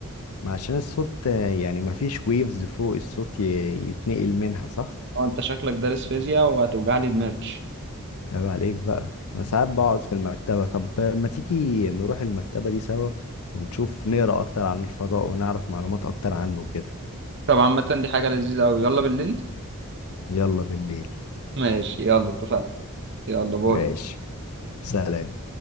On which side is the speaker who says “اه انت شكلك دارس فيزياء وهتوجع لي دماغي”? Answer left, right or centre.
Right